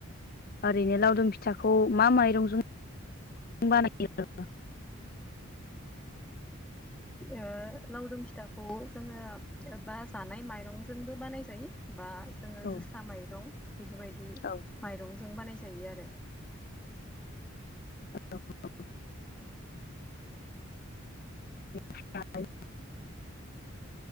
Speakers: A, on the left (about 45°); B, in the centre.
A: ओरैनो लावदुम फिथाखौ मा माइरंजों बानायो
B: ओ लावदुम फिथाखौ जोङो बा जानाय माइरंजोंबो बानाय जायो बा जोङो
A: औ
B: जोसा माइरं बेफोरबायदि
A: औ
B: माइरंजों बानायजायो आरो
A: <inaudible> <inaudible>